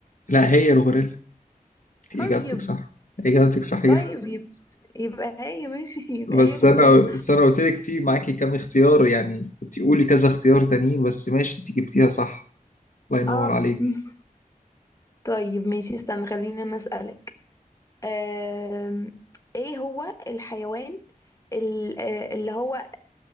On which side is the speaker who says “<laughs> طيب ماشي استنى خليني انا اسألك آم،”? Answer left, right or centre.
Left